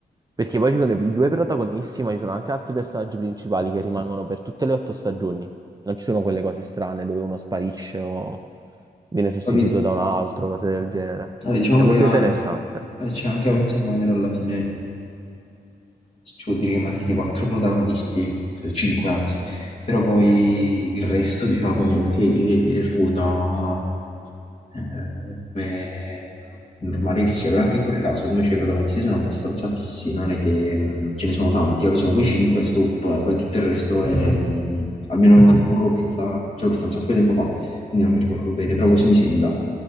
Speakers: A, on the right; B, on the left.
A: Perché poi ci sono i i due protagonisti, ma ci sono anche altri personaggi principali che rimangono per tutte le otto stagioni. Non ci sono
B: Mm,
A: quelle cose strane dove uno sparisce o viene sostituito
B: Ho capito.
A: da un altro, cose del genere.
B: Eh, diciamo
A: È molto
B: che eh,
A: interessante.
B: eh, c'è anche a Met Your Mother alla fine, ci vuol dire che mantiene quattro protagonisti, eh, cinque anzi, però poi il resto diciamo che ruota eh, come normale che sia, però anche in quel caso secondo me cioè, i protagonisti sono abbastanza fissi, non è che mh, ce ne sono tanti, capi? Sono quei cinque, stop, poi tutto il resto è, mh, almeno non, non l'ho vista, cioè l'ho vista un sacco di tempo fa, quindi non mi ricordo bene, però così mi sembra.